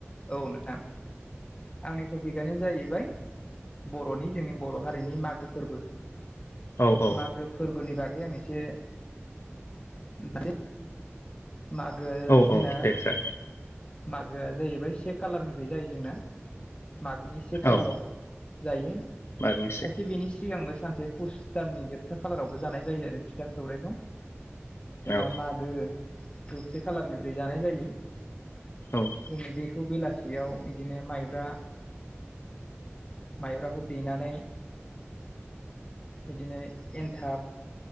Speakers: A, on the left (about 25°); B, on the left (about 70°).
A: औ नोंथां। आंनि टपिकआनो जाहैबाय बर'नि जोंनि बर' हारिनि मागो फोरबो।
B: औ औ
A: मागो फोरबोनि बागै आं एसे बे मागो
B: औ
A: जोंना
B: औ दे जागोन
A: मागोआ जाहैबाय से खालारनिफ्राय जायो जोंना मागोनि से खालाराव
B: औ
A: जायो
B: बागनिसै
A: खायसे बेनि सिगांबो सानसे पुस दाननि जोबथा खालारावबो जानाय जायो आरो फिथा सौराइखौ जोंना
B: औ
A: मागो से खालारनिफ्राय जानाय जायो।
B: औ
A: जोङो बेखौ बेलासियाव इदिनो माइब्रा माइब्राखौ देनानै बिदिनो एनथाब